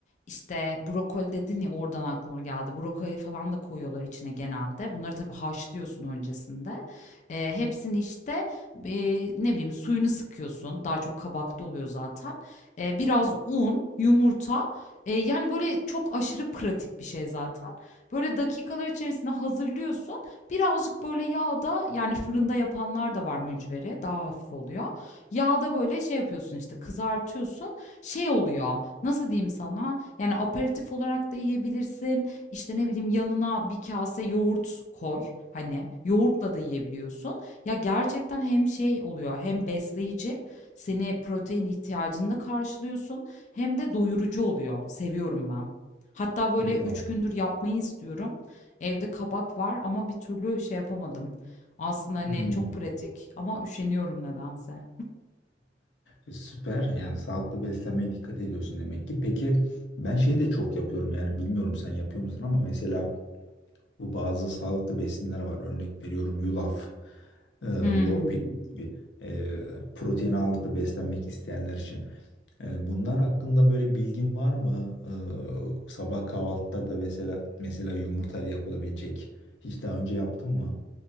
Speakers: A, on the left (about 40°); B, on the left (about 85°).
A: işte brokoli dedin ya oradan aklıma geldi. Brokoli falan da koyuyorlar içine genelde. Bunları tabii haşlıyorsun öncesinde. Eee, hepsini işte eee, ne bileyim suyunu sıkıyorsun. Daha çok kabakta oluyor zaten. Eee, biraz un, yumurta. Eee, yani böyle çok aşırı pratik bir şey zaten. Böyle dakikalar içerisinde hazırlıyorsun. Birazcık böyle yağda yani fırında yapanlar da var mücveri. Daha hafif oluyor. Yağda böyle şey yapıyorsun işte kızartıyorsun. Şey oluyor. Nasıl diyeyim sana? Yani aperatif olarak da yiyebilirsin. İşte ne bileyim yanına bir kase yoğurt koy. Hani yoğurtla da yiyebiliyorsun. Ya gerçekten hem şey oluyor hem besleyici. Seni protein ihtiyacını da karşılıyorsun. Hem de doyurucu oluyor. Seviyorum ben. Hatta böyle
B: Wow.
A: üç gündür yapmayı istiyorum. Evde kabak var ama bir türlü şey yapamadım. Aslında hani
B: Hmm.
A: çok pratik ama üşeniyorum nedense.
B: E, Süper. Yani sağlıklı beslenmeye dikkat ediyorsun demek ki. Peki ben şey de çok yapıyorum yani bilmiyorum sen yapıyor musun ama mesela bu bazı sağlıklı besinler var. Örnek veriyorum yulaf, e, lor
A: Hımm.
B: peyniri gibi e, protein ağırlıklı beslenmek isteyenler için. E, bunlar hakkında böyle bilgin var mı? E, sabah kahvaltılarda mesela mesela yumurtayla yapılabilecek. Hiç daha önce yaptın mı?